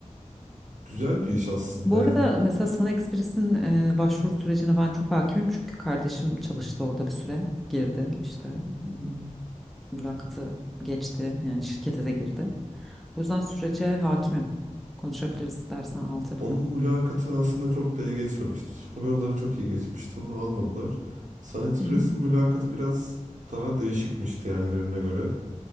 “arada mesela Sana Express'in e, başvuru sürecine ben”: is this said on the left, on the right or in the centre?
Centre